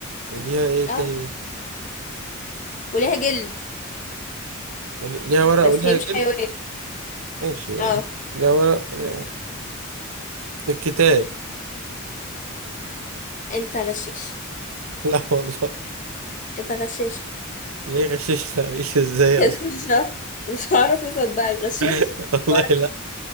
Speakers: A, on the right; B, on the left.
A: وليها ايه تاني
B: اه وليها جلد
A: ولي... ليها ورق
B: بس
A: وليها
B: هي مش
A: جلد
B: حيوان
A: ماشي
B: اه
A: ليها ورق وليها... الكتاب
B: انت غشيش
A: <laughs> لا والله
B: انت غشيش خلاص
A: ليه غششنا غش ازاي
B: <laughs> كده
A: اصلا
B: مش هعرف مش هعرف اصدقك غشيش
A: <laughs> والله
B: مرة.
A: لا